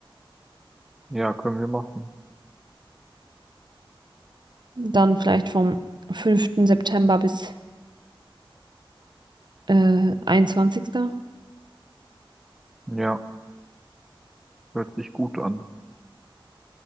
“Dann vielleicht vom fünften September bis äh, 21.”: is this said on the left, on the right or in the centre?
Right